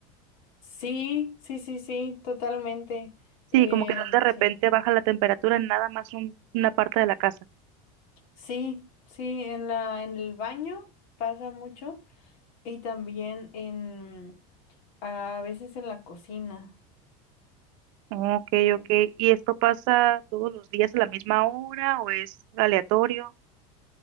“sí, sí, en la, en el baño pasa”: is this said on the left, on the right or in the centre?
Left